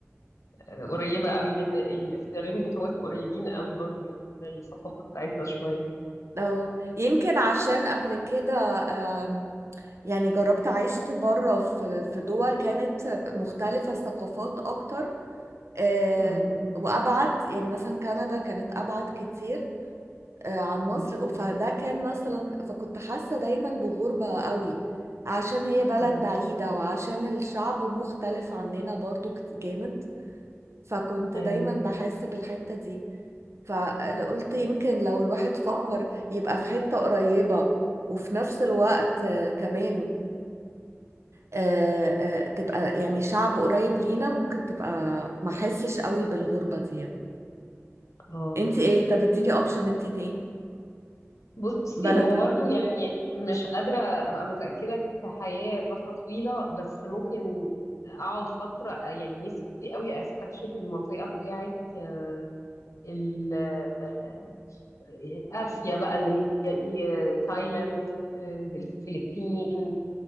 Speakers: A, on the left; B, on the right.
A: آه، قريبه قوي من الاختيارين بتوعك قريبين قوي برضو من الثقافه بتاعتنا شويه
B: اه يمكن عشان قبل كده آم، يعني جربت عشت بره في في دول كانت مختلفة الثقافات اكتر آم،
A: امم
B: وابعد يعني مثلا كندا كانت ابعد كتير آه، عن
A: امم
B: مصر فده كان مثلا فكنت حاسة دايما بغربة قوي عشان هي بلد
A: امم
B: بعيدة وعشان الشعب مختلف عننا برضو كت- جامد فكنت
A: ايوه
B: دايما بحس بالحتة دي فقلت
A: مم.
B: يمكن لو الواحد فكر يبقى في حتة قريبة وفي نفس الوقت آه، كمان آه، آه، تبقى يعني شعب قريب لينا ممكن تبقى ما حسش قوي بالغربة دي يعني.
A: اه
B: انت ايه طب اديني اوبشن انت تاني
A: بصي
B: بلد
A: هو
B: تانية.
A: برضو يعني مش قادرة أبقى متأكدة كحياة فترة طويلة بس ممكن أقعد فترة يعني نفسي قوي أستكشف المنطقة بتاعة آه، ال- آه، آسيا بقى اللي هي إيه آه، تايلاند آه، الفلبين